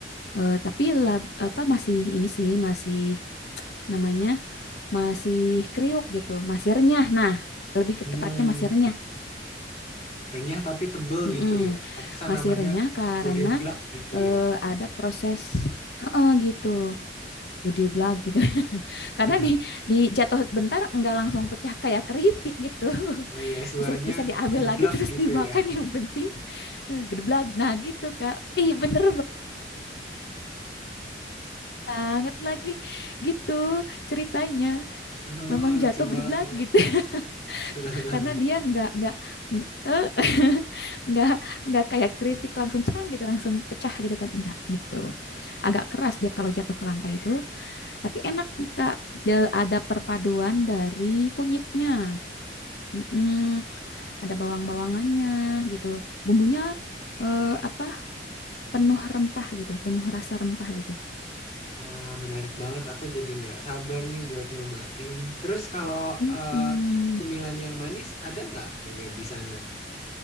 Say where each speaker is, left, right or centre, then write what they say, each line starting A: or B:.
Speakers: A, on the left; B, on the left.
A: Eh, tapi lab, apa masih ini sih masih namanya masih kriuk gitu, masih renyah. Nah lebih ke
B: Hmm.
A: tepatnya masih renyah.
B: Renyah tapi tebel
A: Mm-mm,
B: gitu ya. Pantesan
A: masih
B: namanya
A: renyah karena
B: godeblak gitu
A: eh,
B: ya.
A: ada proses eh, gitu. gede blag gitu. <laughs> Karena
B: <laughs>
A: di di jatuh bentar nggak langsung pecah kayak keripik gitu. <laughs>
B: Oh iya, suaranya
A: Bisa bisa diambil
B: gedeblak
A: lagi terus
B: gitu
A: dimakan
B: ya.
A: yang penting eh, gede blag. Nah, gitu, Kak. Ih, bener banget lagi gitu ceritanya.
B: Oh,
A: Memang
B: lucu
A: jatuh gede
B: banget.
A: blag gitu. <laughs>
B: <laughs>
A: Karena dia nggak nggak eh, <laughs> nggak nggak kayak keripik langsung cerang gitu, langsung pecah gitu kan. Enggak gitu. Agak keras dia kalau jatuh ke lantai itu, tapi enak, Kak. Dia ada perpaduan dari kunyitnya. Mm-mm, ada bawang-bawangannya gitu. Bumbunya eh, apa? Penuh rempah gitu, penuh rasa rempah gitu.
B: Wah, menarik banget. Aku jadi nggak sabar nih buat nyobain. Terus kalau
A: Mm-mm,
B: eh, cemilan yang manis ada nggak Mega di sana?